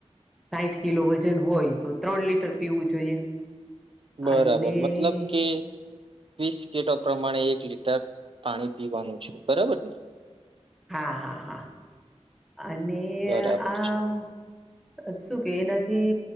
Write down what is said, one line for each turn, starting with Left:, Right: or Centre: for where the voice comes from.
Centre: સાઠ કિલો વજન હોય તો ત્રણ લીટર પીવું જોઈએ અને
Right: બરાબર મતલબ કે વસટ પ્રમાણે એક લીટર પાણી પીવાનું છે બરાબર ને
Centre: હા હા હા અને
Right: બરાબર
Centre: આ
Right: છે
Centre: શું કે નથી